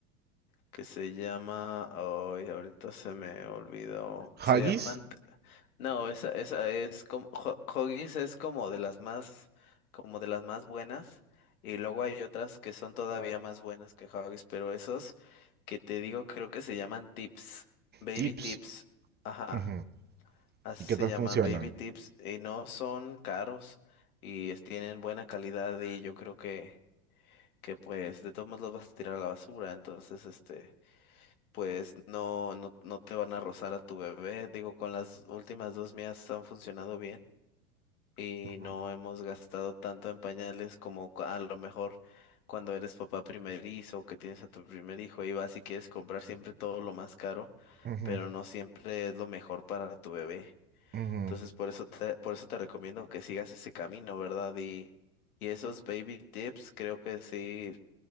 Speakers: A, on the left; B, on the right.
A: que se llama, ay, ahorita se me olvidó,
B: Huggies,
A: se llaman, t- no, esa, esa es como, Ho- Huggies es como de las más, como de las más buenas, y luego hay otras que son todavía más buenas que Huggies, pero esos que te digo creo que se llaman tips, baby
B: Tips.
A: tips, ajá,
B: Ujú.
A: así
B: ¿Y qué
A: se
B: tal
A: llaman
B: funcionan?
A: baby tips, y no son caros, y es- tienen buena calidad, y yo creo que, que pues, de todos modos los vas a tirar a la basura, entonces, este pues no, no, no te van a rozar a tu bebé. Digo, con las últimas dos mías han funcionado bien y
B: Ujú,
A: no hemos gastado tanto en pañales como cu- a lo mejor cuando eres papá primerizo, que tienes a tu primer hijo y vas y quieres comprar siempre todo lo más caro,
B: ujú,
A: pero no siempre es lo mejor para tu bebé.
B: ujú.
A: Entonces, por eso te, por eso te recomiendo que sigas ese camino, ¿verdad? Y, y esos baby tips creo que sí